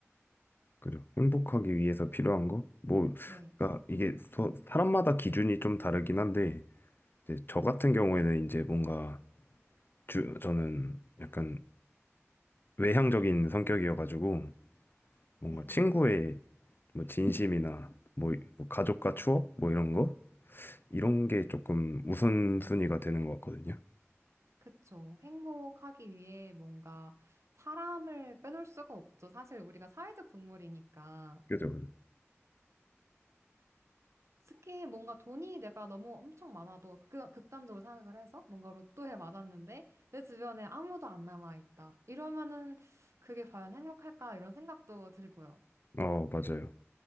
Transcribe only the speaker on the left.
그죠? 행복하기 위해서 필요한 거? 뭐
그러니까 이게 서- 사람마다 기준이 좀 다르긴 한데 이제 저 같은 경우에는 이제 뭔가 주, 저는 약간 외향적인 성격이어가지고 뭔가
친구의 뭐 진심이나 뭐, 뭐 가족과 추억 뭐 이런 거 이런 게 조금 우선순위가 되는 것 같거든요.
그죠, 그죠.
어, 맞아요.